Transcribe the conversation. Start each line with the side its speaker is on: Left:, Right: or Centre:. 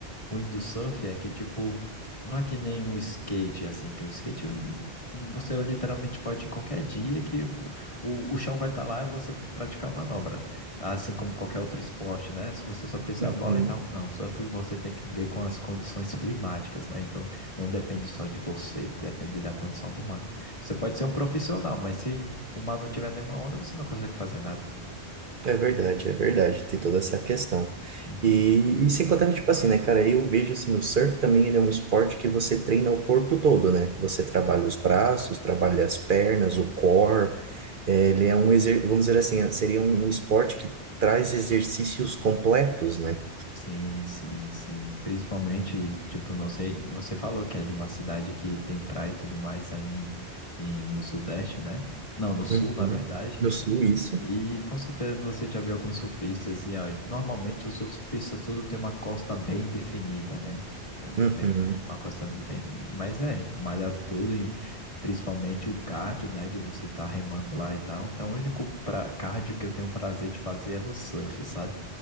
Left: o windsurf é que, tipo, não é que nem um skate, assim, que o skate hum, você literalmente pode ir qualquer dia que o, o, o chão vai estar lá e você praticar a manobra. Assim como qualquer outro esporte, né? Se você só precisa
Right: uhum.
Left: da bola e tal. Não, surf você tem que ver com as condições climáticas, né? Então, não depende só de você, depende da condição do mar. Você pode ser um profissional, mas se o mar não tiver nenhuma onda, você não consegue fazer nada.
Right: É verdade, é verdade. Tem toda essa questão.
Left: Uhum.
Right: E, e sem contar que, tipo assim, né, cara, eu vejo assim, o surf também ele é um esporte que você treina o corpo todo, né? Você trabalha os braços, trabalha
Left: Sim.
Right: as pernas, o core. É, ele é um, exer- vamos dizer assim, seria um esporte que traz exercícios completos, né?
Left: Sim, sim, sim. Principalmente, tipo, não sei, você falou que é de uma cidade que tem praia e tudo mais aí em- no Sudeste, né? Não, no Sul,
Right: Uhum.
Left: na verdade.
Right: No sul, isso.
Left: E com certeza você já viu alguns surfistas e ah, normalmente os surfistas todos têm uma costa bem definida, né? É, bem-
Right: Uhum.
Left: uma costa bem, mas é, malha tudo e principalmente o cardio, né, de você estar remando lá e tal. Então, o único pra, cardio que eu tenho prazer de fazer é no surf, sabe?